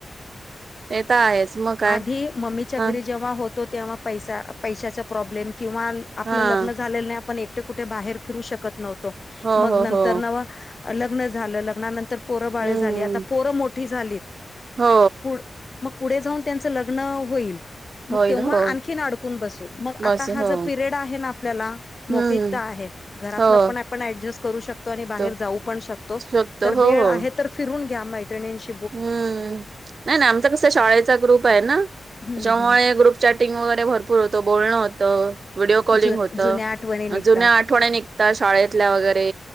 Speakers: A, on the right; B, on the left.
A: ते तर आहेच मग काय
B: आधी मम्मीच्या
A: हा
B: घरी जेव्हा होत तेव्हा पैसा पैशाचा प्रॉब्लेम किंवा आपलं
A: हा
B: लग्न झालेलं नाही आपण कुठे बाहेर फिरू शकत नव्हतो
A: हो
B: मग
A: हो
B: नंतर
A: हो
B: न मग लग्न झालं लग्नानंतर पोरं बाळे
A: हम्म
B: झाली आता पोरं मोठी झालीत
A: हो
B: पुढ मग पुढे जाऊन त्यांचं लग्न होईल मग
A: होईल
B: तेव्हा
A: हो
B: आणखीन अडकून बसू मग
A: बस
B: आता हा
A: हो
B: जो पीरेड आहे ना आपल्याला
A: हम्म
B: मीकित्ता आहे घरातलं
A: हो
B: पण आपण ऍडजस्ट करू शकतो आणि बाहेर
A: तो
B: जाऊ पण शकतो
A: शकतो
B: तर
A: हो
B: वेळ
A: हो
B: आहे तर फिरून घ्या मैत्रिणीशी
A: हम्म नाही नाही आमच कस शाळेचा ग्रुप आहे ना त्याच्यामुळे
B: हम्म हम्म
A: ग्रुप चॅटिंग वगैरे भरपूर होतं बोलणं होतं व्हिडिओ कॉलिंग
B: जु
A: होतं
B: जुन्या आठवणी निघतात
A: जुन्या आठवण्या निघतात शाळेतल्या वगैरे